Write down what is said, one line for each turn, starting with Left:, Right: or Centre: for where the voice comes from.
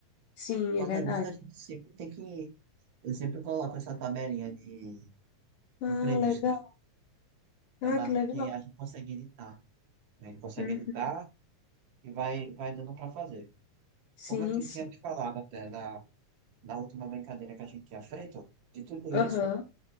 Left: Sim,
Right: Mas Por causa
Left: é verdade.
Right: disso, a gente sempre tem que. Eu sempre coloco essa tabelinha de
Left: Ah,
Right: de imprevistos.
Left: legal. Ah,
Right: É massa,
Left: que legal.
Right: porque a gente consegue editar. né? A gente consegue
Left: Uhum.
Right: editar e vai, vai dando para fazer.
Left: Sim,
Right: Como eu te
Left: sim.
Right: tinha te falado até na, na última brincadeira que a gente tinha feito, de tudo
Left: Aham.
Right: isso,